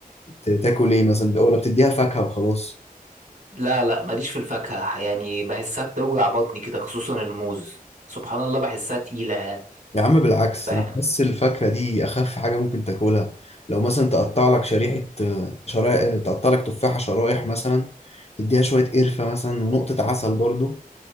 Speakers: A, on the left; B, on the right.
A: ت- تاكل ايه مثلا ولا بتديها فاكهه وخلاص
B: لا لا ماليش في الفاكهة يعني بحسها بتوجع بطني كده خصوصا الموز سبحان الله بحسها تقيلة يعني
A: يا عم بالعكس
B: بح...
A: انا بس الفاكهه دي اخف حاجه ممكن تاكلها لو مثلا تقطع لك شريحه شرايح تقطع لك تفاحه شرايح مثلا تديها شويه قرفه مثلا ونقطه عسل برضو